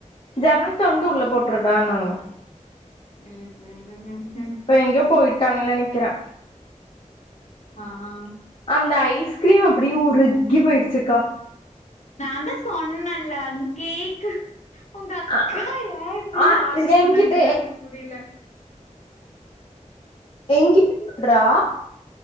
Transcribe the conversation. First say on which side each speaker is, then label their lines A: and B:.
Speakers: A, on the left (about 45°); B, on the left (about 60°).
A: ஜனம் தொர்ந்து உள்ள போட்டுருடான்னாங்க
B: ம் ம்
A: இப்ப எங்கியே போய்ட் ட்டாங்கன்னு நெனைக்கிறே
B: ஆ ஆ
A: அந்த ஐஸ்கிரீம் அப்பிடியே உருகி போயிருச்சுக்கா
B: நா தா சொன்னேல்ல அந்த கேக்கு உங்க அக்கா
A: அ
B: ஏ இப்பிடி
A: அ
B: ஆர்டர்
A: என்கிட்ட
B: பண்ணாங்கன்னே எனக்கு புரியல
A: எங்கி <unintelligible> றா